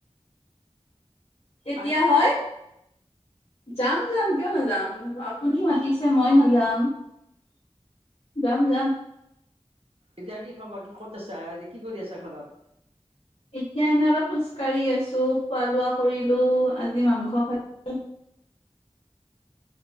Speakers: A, on the left; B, on the right.
A: কেতিয়া
B: আহিবা নহ'লে।
A: হয়? যাম- যাম কিয় নাযাম, আপুনি মাতিছে মই নাযাম, যাম- যাম।
B: এতিয়া কি খবৰ কি ক'ত আছা হেৰি কি কৰি আছা ঘৰত?
A: এতিয়া এনেই অলপ খোজকাঢ়ি আছো, খোৱা লোৱা কৰিলো আজি মাংস খালো